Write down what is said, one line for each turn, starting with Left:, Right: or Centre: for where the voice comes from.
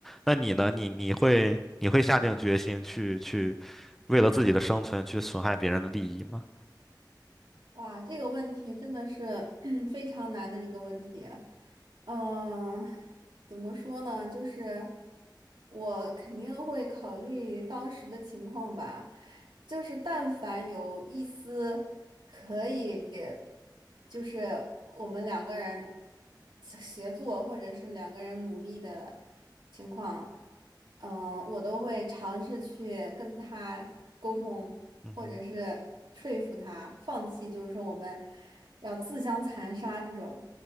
Centre: 那你呢？
Right: 嗯，
Centre: 你你会你会下定决心去去为了自己的生存去损害别人的利益吗？
Right: 哇，这个问题真的是 <clears throat> 非常难的一个问题。嗯，怎么说呢？就是我肯定会考虑当时的情况吧，就是但凡有一丝。也就是我们两个人协协作，或者是两个人努力的情况，嗯、我都会尝试去跟他沟通，
Centre: 嗯哼，
Right: 或者是说服他放弃，就是说我们要自相残杀这种。